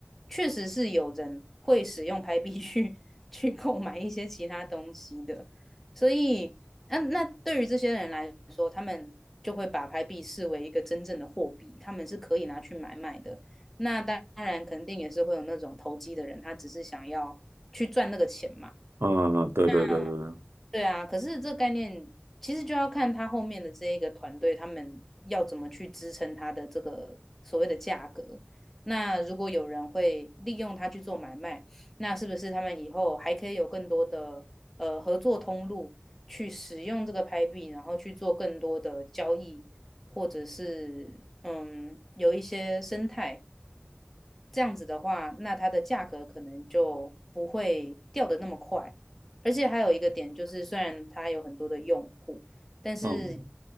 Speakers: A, in the centre; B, on the right.
A: 确实是有人会使用拍币去 <laughs> 去购买一些其他东西的，所以那、啊那对于这些人来说，他们就会把拍币视为一个真正的货币，他们是可以拿去买卖的。那当然，肯定也是会有那种投机的人，他只是想要去赚那个钱嘛。
B: 嗯，对对对对对。
A: 嗯。对啊，可是这个概念其实就要看他后面的这一个团队，他们要怎么去支撑他的这个所谓的价格。那如果有人会利用它去做买卖，那是不是他们以后还可以有更多的呃合作通路去使用这个拍币，然后去做更多的交易，或者是嗯有一些生态这样子的话，那它的价格可能就不会掉的那么快。而且还有一个点就是，虽然它有很多的用户，但是
B: 嗯，